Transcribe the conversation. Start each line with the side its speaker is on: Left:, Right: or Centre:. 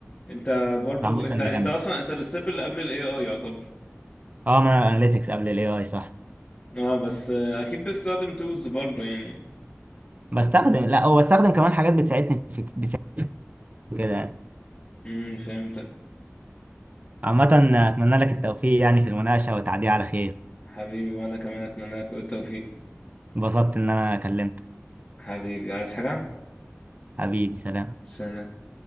Left: انت برضو
Right: عامة
Left: انت
Right: كان
Left: انت
Right: جامد
Left: اصلا انت الستيب اللي قبل الاي اي يعتبر
Right: اه انا اناليتكس قبل الاي اي صح
Left: اه بس آه، اكيد بتستخدم تولز برضو يعني
Right: بستخدم لا هو بستخدم كمان حاجات بتساعدني في بتساعدني كده يعني
Left: امم فهمتك
Right: عامة اتمنى لك التوفيق يعني في المناقشة والتعدي على خير
Left: حبيبي وانا كمان اتمنى لك كل التوفيق
Right: انبسطت ان انا كلمتك
Left: حبيبي عايز حاجة
Right: حبيبي سلام
Left: سلام